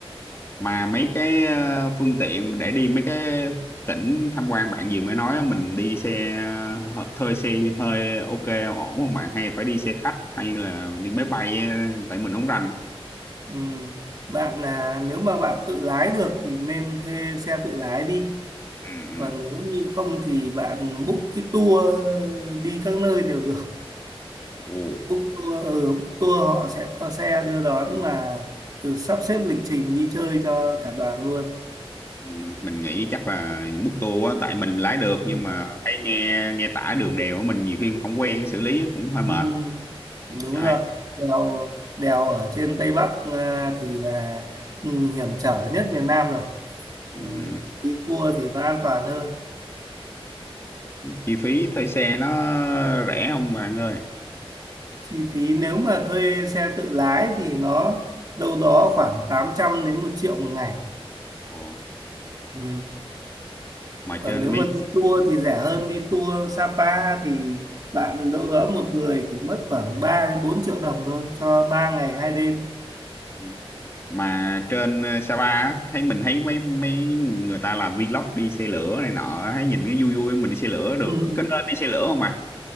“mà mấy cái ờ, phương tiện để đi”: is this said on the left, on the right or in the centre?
Left